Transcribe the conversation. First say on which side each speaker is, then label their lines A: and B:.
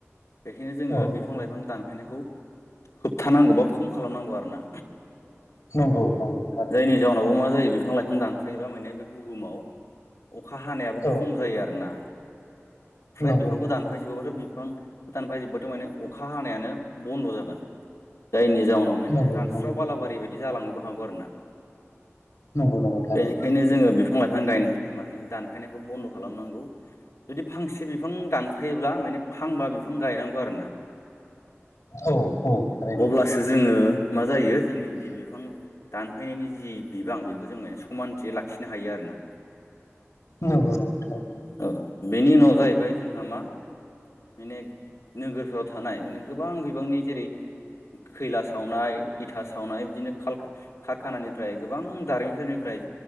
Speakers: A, on the left; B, on the left.
A: बेखायनो जोङो
B: औ
A: बिफां
B: औ
A: लाइफां दानफायनायखौ होबथानांगौ बा खम खालामनांगौ आरोना।
B: नंगौ नंगौ थारैनो
A: जायनि जाउनावबो मा जायो बे बिफां लाइफां दानफायोबा माने बे बुहुमाव अखा हानायाबो
B: औ
A: खम जायो आरो ना फ्राय
B: नंगौ
A: बिफांखौ दानफाय जबोबाथ बिफांखौ दानफाय जोबबाथ माने अखा हानायानो बन्द जागोन जायनि जाउनाव
B: नंगौ
A: माने रानस्राव
B: नंगौ
A: बालाारि बाय जालांनोबो हागौ आरोना
B: नंगौ नंगौ थारैनो
A: बेनिखायनो जोङो बिफां लाइफां गाय माने दानफायनायखौ बन्द खालामनांगौ जुदि फांसे बिफां दानफायोब्ला माने फांबा बिफां गायनांगौ आरोना
B: औ औ थारैनो
A: अब्लासो जोङो मा जायो जोंनि दि बिफां दानफायनायनि जि बिबां बेखौ जों माने समानथि लाखि खिनो हायो आरोना
B: नंगौ नंगौ थारैनो
A: औ बेनि उनाव जाहैबाय जों जोंहा मा माने नोगोरफ्राव थानाय माने गोबां बिबांनि जेरै खैला सावनाय इथा सावनाय बिदिनो कारखानानिफ्राय गोबां दारिमिनफोरनिफ्राय